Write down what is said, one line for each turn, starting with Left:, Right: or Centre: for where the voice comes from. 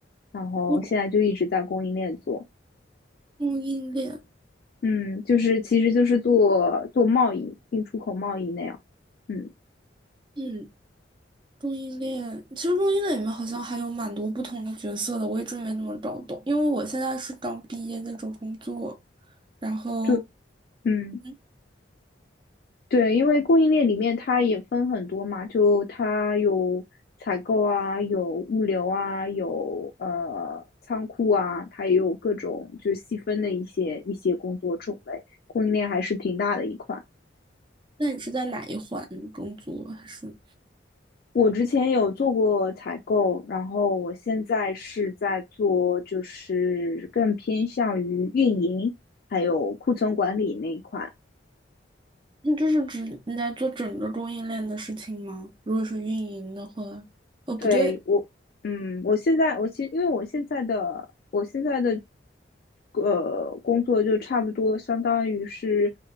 Left: 然后现在就一直在供应链做。
Right: 我供应链，
Left: 嗯，就是其实就是做做贸易，进出口贸易那样。嗯，
Right: 嗯，供应链，其实供应链里面好像还有蛮多不同的角色的，我一直没怎么搞懂，因为我现在是刚毕业在找工作，然后，
Left: 就嗯
Right: 嗯，
Left: 对，因为供应链里面它也分很多嘛，就它有采购啊，有物流啊，有呃仓库啊，它也有各种就是细分的一些一些工作种类，供应链还是挺大的一块。
Right: 那你是在哪一环工作啊？还是
Left: 我之前有做过采购，然后我现在是在做，就是更偏向于运营还有库存管理那一块。
Right: 那就是指你在做整个供应链的事情吗？如果是运营的话。哦，不对，
Left: 对，我，嗯，我现在我其实因为我现在的我现在的呃工作就差不多相当于是